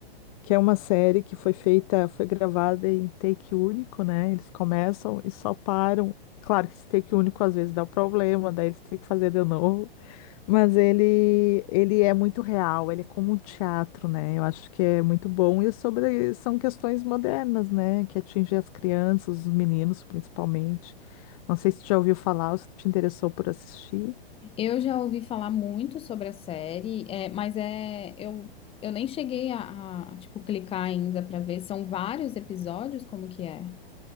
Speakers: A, on the left; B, on the left.
A: Que é uma série que foi feita, foi gravada em take único, né? Eles começam e só param. Claro que esse take único às vezes dá problema, daí eles têm que fazer de novo. Mas ele, ele é muito real, ele é como um teatro, né? Eu acho que é muito bom. E sobre, são questões modernas, né? Que atingem as crianças, os meninos, principalmente. Não sei se tu já ouviu falar ou se te interessou por assistir.
B: Eu já ouvi falar muito sobre a série, é, mas é, eu, eu nem cheguei a, a, tipo, clicar ainda pra ver, são vários episódios, como que é?